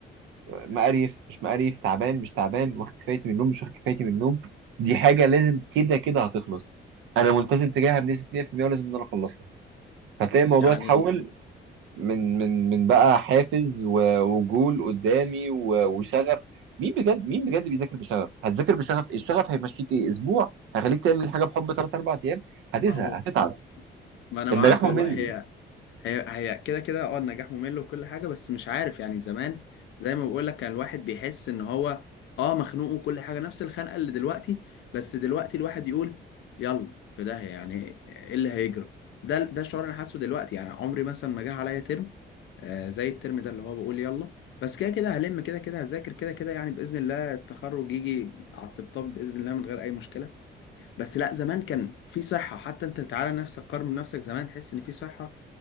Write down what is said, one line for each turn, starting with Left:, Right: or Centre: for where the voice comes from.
Right: مقريف مش مقريف تعبان مش تعبان واخد كفايتي من النوم مش واخد كفايتي من النوم دي حاجه لازم كده كده هتخلص انا ملتزم تجاهها بنسبه 100% ولازم ان انا اخلصها فتلاقي الموضوع
Left: يعني
Right: اتحول من من من بقى حافز و- وجول قدامي و- وشغف مين بجد مين بجد بيذاكر بشغف هتذاكر بشغف إيه؟ الشغف هيمشيك ايه اسبوع هيخليك تعمل الحاجه بحب 3 4 ايام هتزهق
Left: ما هو
Right: هتتعب
Left: ما انا
Right: النجاح
Left: معاك
Right: ممل
Left: والله هي هي هي كده كده اه النجاح ممل وكل حاجة بس مش عارف يعني زمان زي ما بقول لك كان الواحد بيحس ان هو اه مخنوق وكل حاجة نفس الخنقة اللي دلوقتي بس دلوقتي الواحد يقول يلا في ده يعني ايه اللي هيجرى ده ده الشعور اللي انا حاسه دلوقتي يعني عمري مثلا ما جه عليا ترم آه زي الترم ده اللي هو بقول يلا بس كده كده هلم كده كده هذاكر كده كده يعني بإذن الله التخرج يجي على الطبطاب بإذن الله من غير أي مشكلة بس لا زمان كان في صحة حتى أنت تعالى نفسك قارن نفسك زمان تحس إن في صحة